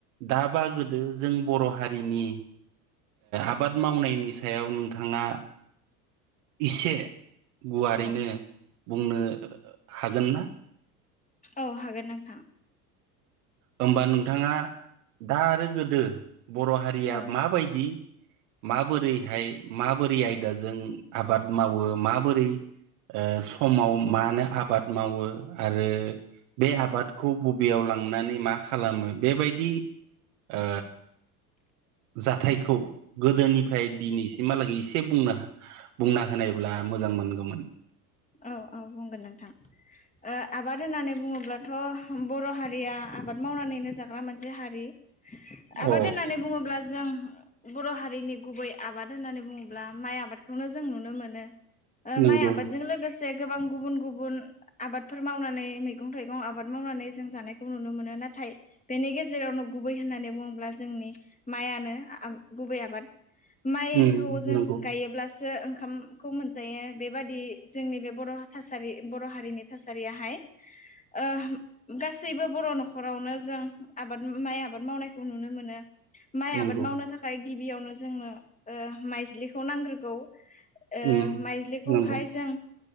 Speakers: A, on the right (about 65°); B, on the left (about 15°).
A: दाबा गोदो जों बर' हारिनि आबाद मावनायनि सायाव नोंथाङा इसे गुवारैनो
B: औ
A: बुंनो हागोनना।
B: औ हागोन नोंथां‌।
A: होमबा नोंथाङा दा आरो गोदो बर' हारिया
B: औ
A: माबायदि माबोरै बेहाय माबोरै आयदाजों आबाद मावो माबोरै अ समाव मानो आबाद मावो आरो बे आबादखौ बबेयाव लांनानै मा खालामो बेबायदि ओ जाथायखौ गोदोनिफ्राय दिनैसिमहालागै एसे बुंनो बुंना होनायब्ला मोजां मोनगौमोन।
B: औ औ बुंगोन नोंथां। ओ आबाद होननानै बुङोब्लाथ' बर' हारिया आबाद मावनानैनो जाग्रा मोनसे हारि। आबाद
A: औ
B: होननानै बुङोब्ला जों बर' हारिनि गुबै आबाद होननानै बुङोब्ला माइ आबादखौनो जों नुनो मोनो। ओ
A: नंगौ
B: माइ आबादजों लोगो से गोबां गुबुन गुबुन आबादफोर मावनानै मैगं थाइगं आबाद मावनानै जों जानायखौ नुनो मोनो। नाथाय बेनि गेजेरावनो गुबै होननानै बुङोब्ला जोंनि माइयानो गुबै आबाद। माइखौ
A: उम
B: जों
A: नंगौ
B: गायोब्लासो ओंखामखौ मोनजायो बेबादि जोंनि बे बर' थासारि बर' हारिनि थासारियाहाय अ गासैबो बर' न'खरावनो जों आबाद माइ आबाद मावनायखौ नुनो मोनो। माइ
A: नंगौ
B: आबाद मावनो थाखाय गिबियावनो जोंनो अ माइज्लिखौ नांग्रोगौ। ओ
A: उम
B: माइज्लिखौहाय
A: नंगौ
B: जों